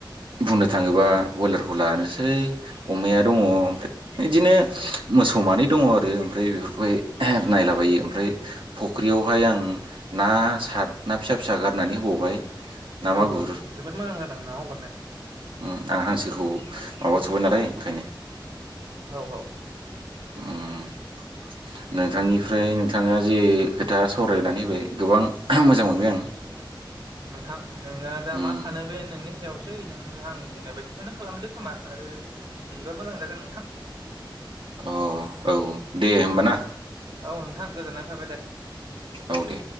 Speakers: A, on the right; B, on the right.
A: बुंनो थाङोबा बयलारखौ लानोसै अमाया दङ ओमफ्राय बिदिनो मोसौ मानै दङ आरो ओमफ्राय बेफोरखौहाय नायलाबायो ओमफ्राय फख्रियावहाय आं ना -ना फिसा फिसा गारनानै होबावबाय। ना मागुर
B: औ जोबोद मोजां जादों ना हगारनाया।
A: ओ आं हांसोखौ माबाथ'बाय नालाय ओंखायनो
B: औ औ <unintelligible>
A: उम नोंथांनिफ्राय नोंथाङा जे खोथा सावरायनानै होबाय गोबां मोजां मोनबाय आं
B: नोङो दा
A: उम
B: मा सानो बे नोंनि सायावसै नों। आं बुंनाय बायदिखौनो खालामदो खोमा आरो बिदिबा मोजां जागोन नोंथां।
A: अ औ। दे होमबा ना।
B: औ नोंथां गोजोननाय थाबाय दे।
A: औ दे।